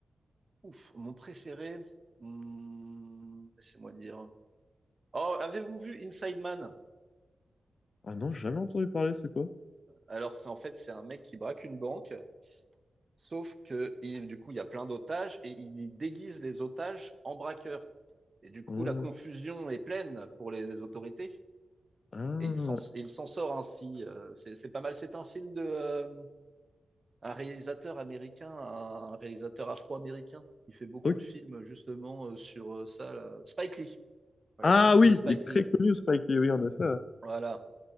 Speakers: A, on the right (about 30°); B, on the left (about 45°).
A: Ouf, mon préféré, hmm, laissez-moi dire. Oh, avez-vous vu Inside Man?
B: Ah non, j'ai jamais entendu parler, c'est quoi?
A: Alors, c'est en fait, c'est un mec qui braque une banque, sauf que il- du coup, il y a plein d'otages et il déguise les otages en braqueurs. Et du coup,
B: Ah,
A: la confusion est pleine pour les, les autorités.
B: ah,
A: Et il s'en il s'en sort ainsi. euh, c'est c'est pas mal. C'est un film de euh, un réalisateur américain, un réalisateur afro-américain qui fait beaucoup
B: ok.
A: de films justement euh, sur euh, ça. là. Spike Lee. Voilà,
B: Ah
A: c'est un film
B: oui,
A: de Spike
B: il est très
A: Lee.
B: connu Spike Lee, oui, en effet. ouais.
A: Voilà.